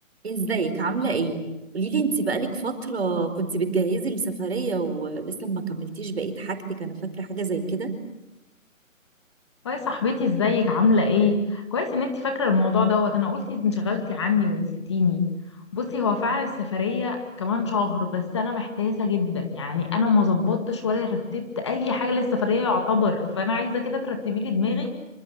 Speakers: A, on the right (about 50°); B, on the left (about 20°).
A: ازيك عاملة ايه؟ قوليلي انت بقالك فترة كنت بتجهزي لسفرية ولسه ما كملتيش بقية حاجتك انا فاكرة حاجة زي كده
B: هاي صاحبتي ازيك عاملة ايه؟ كويس ان انتي فاكرة الموضوع دوت انا قلت انشغلتي عني ونسيتيني بصي هو فعلا السفرية كمان شهر بس انا محتاسة جدا يعني انا ما ظبطتش ولا رتبت اي حاجة للسفرية يعتبر فانا عايزة كده ترتبي لي دماغي